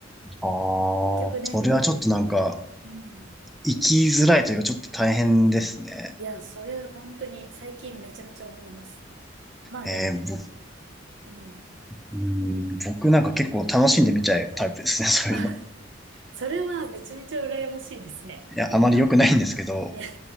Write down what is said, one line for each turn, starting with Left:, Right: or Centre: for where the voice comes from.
Centre: ああ、
Right: <laughs> 結局ね、
Centre: それはちょっとなんか、
Right: うん、
Centre: 生きづらいというか、ちょっと大変ですね。
Right: うん。いや、それ本当に最近めちゃめちゃ思います。まあでも、
Centre: えー、ぼ、
Right: うん。
Centre: うん、僕なんか結構楽しんで見ちゃうタイプですね、<laughs> そういうの。
Right: あ、それはめちゃめちゃ羨ましいですね。
Centre: いや、
Right: いいな。
Centre: あまり良くないんですけど、
Right: いや、<laughs> い